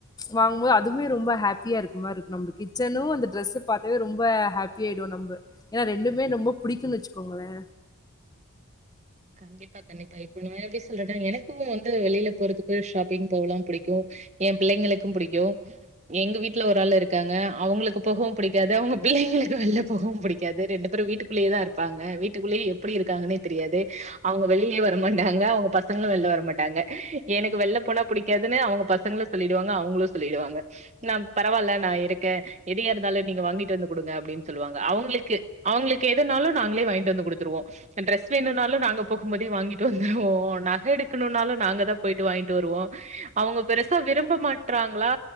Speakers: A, on the left; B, on the right.
A: வாங்குபோது அதுமே ரொம்ப ஹாப்பியா இருக்கு மார் இருக்கு நம்ம கிச்சனும் அந்த டிரெஸ்ஸு பாத்தவே ரொம்ப ஹாப்பியாடுவோம் நம்ம ஏன்னா ரெண்டுமே ரொம்ப புடிக்குன் வச்சுக்கோங்களே
B: கண்டிப்பா கண்டிப்பா இப்ப நா எப்டி சொல்றேனா எனக்கு வந்து வெளில போறதுக்கு ஷாப்பிங் போவலா புடிக்குமா ஏ பிள்ளைங்களுக்கு புடிக்கும் எங்க வீட்ல ஒரு ஆள் இருக்காங்க அவங்களுக்கு போகவும் புடிக்காது அவங்க பிள்ளைங்க வெளில போகவும் புடிக்காது ரெண்டு பேரும் வீட்டுக்குள்ளே தா இருப்பாங்க வீட்டுக்குள்ளே எப்டி இருக்காங்கன்னே தெரியாது அவங்க வெளியிலே வர மாடாங்க அவங்க பசங்களு வெளில வர மாட்டாங்க எனக்கு வெளில போனா பிடிக்காதுன்னு அவங்க பசங்களு சொல்லிடுவாங்க அவங்களு சொல்லிடுவாங்க நான் பரவாயில்ல நா இருக்கே எது கெடந்தாலு நீங்க வாங்கிட்டு வந்து குடுங்க அப்டின்னு சொல்லுவாங்க அவங்களுக் அவங்களுக்கு எதுனாலும் நாங்களே வாங்கிட்டு வந்து குடுத்துருவோ டிரஸ் வேணுன்ன நாலு நாங்க போகும்போதே வாங்கிட்டு வந்துருவோ நக எடுக்கணு நாலு நாங்க தான் போயிட்டு வாங்கிட்டு வருவோ அவங்க பெருச சா விரும்ப மாட்டறாங்களா